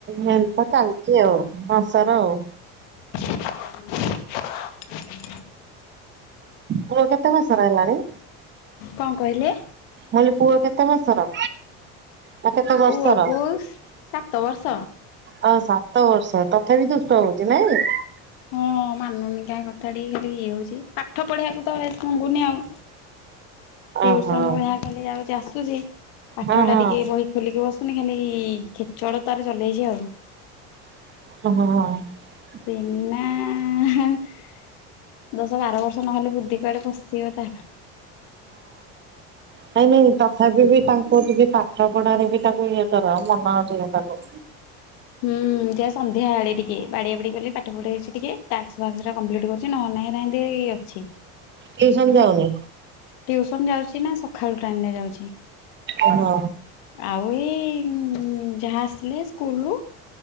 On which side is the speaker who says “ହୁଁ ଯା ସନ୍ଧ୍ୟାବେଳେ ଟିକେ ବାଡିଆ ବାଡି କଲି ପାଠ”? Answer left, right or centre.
Left